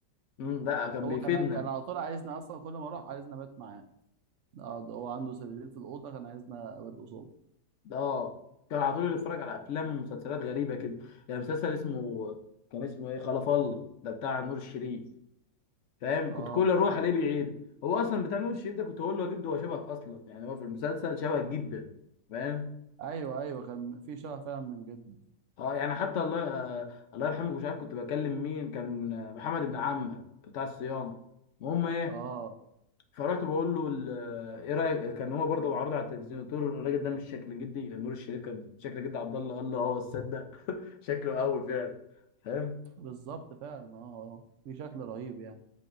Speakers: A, on the left; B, on the right.
A: امم، لا كان
B: هو
A: بيفيدنا
B: كان كان على طول عايزنا اصلا كل ما اروح عايزنا ابات معاه نقعد هو عنده سريرين في الاوضه كان عايزنا ابات قصاده
A: اه كان على طول بيتفرج على افلام ومسلسلات غريبه كده يعني مسلسل اسمه كان اسمه ايه خلف الله ده بتاع نور الشريف فاهم
B: اه
A: كنت كل اروح الاقيه بيعيد هو اصلا بتاع نور الشريف ده كنت اقول له يا جد هو شبهك اصلا يعني هو في المسلسل شبهك جدا فاهم
B: ايوه ايوه كان في شغف فعلا من جد
A: اه يعني حتى الله آه، الله يرحمه مش عارف كنت بكلم مين كان آه، محمد ابن عمك بتاع الصيانه المهم ايه
B: اه
A: فرحت بقول له ال- آه، ايه رايك كان هو برضه معروض على التلفزيون قلت له الراجل ده مش شكل جدي نور الشريف كان شكل جدي عبد الله قال له اه تصدق شكله قوي فعلا فاهم
B: بالظبط فعلا اه اه في شكل رهيب يعني